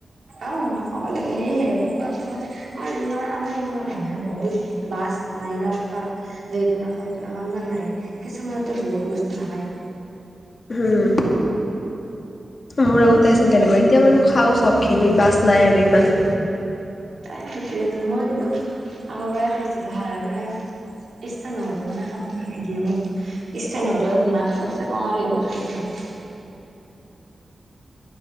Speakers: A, on the right; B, on the left.
A: অ'! খাব লাগে। সেয়েহে, মোৰ খোৱা টাইমতে, অ'! আমাৰ এনেকুৱা নহয় এ, বহুত বাছ নাই ন' তাত? দে এইটো নাখাওঁ, এইটো নাখাওঁ ইমান নাই, কিছুমানেতো বহুত বস্তু নাখায়।
B: হোঁ! মোৰ
A: সেই
B: আগতে
A: কিছুমান
B: আছিল তেনেকুৱা। ই ইতিয়া বাৰু খাওঁ চব খিনি। বাছ নাই আৰু ইমান।
A: এ, সেইটোৱেতো! মই কিন্তু, আগৰ পৰাই খাইছিলোঁ। <unintelligible> মানে, ইচ্ছা নহ'লেও মানে, খাব কাৰনে দিয়ে মোক। ইচ্ছা নহ'লেও, নাক চাক চেপা মাৰি হ'লেও খাই থৈ দিয়ে।